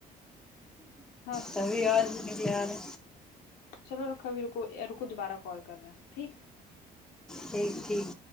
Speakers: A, on the left; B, in the centre.
A: ہاں
B: تبھی اور بار
A: چلو رکھا بھی ر کو رکو دوبارہ کال کر رہے ہیں ٹھیک
B: ٹھیک ٹھیک